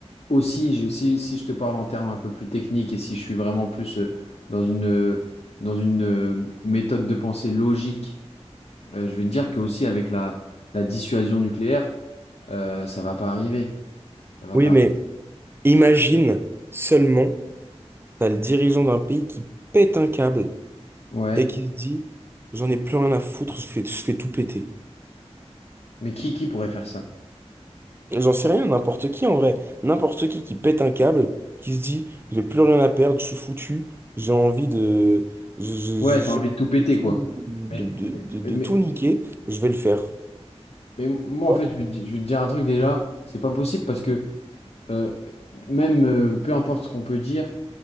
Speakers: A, on the left; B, on the right.
A: aussi, je- si, si je te parle en termes un peu plus techniques et si je suis vraiment plus euh, dans une, euh, dans une euh, méthode de pensée logique, euh, je vais te dire que aussi avec la, la dissuasion nucléaire, euh, ça va pas arriver. Ça va
B: Oui,
A: pas.
B: mais. Imagine seulement, t'as le dirigeant d'un pays qui pète un câble
A: Ouais.
B: et qui se dit, j'en ai plus rien à foutre, je fais, je fais tout péter.
A: Mais qui, qui pourrait faire ça?
B: J'en sais rien, n'importe qui en vrai. N'importe qui qui pète un câble, qui se dit, j'ai plus rien à perdre, je suis foutu, j'ai envie de, je- je-
A: Ouais,
B: je-
A: t'as envie de tout péter,
B: j'ai
A: quoi.
B: envie de tout, de,
A: Mais,
B: de, de-
A: mais,
B: de
A: mais-
B: tout niquer, je vais le faire.
A: Mais m- moi,
B: Ouais,
A: en fait, je vais te, di- je vais te dire un truc déjà, c'est pas possible parce que euh, même euh, peu importe ce qu'on peut dire,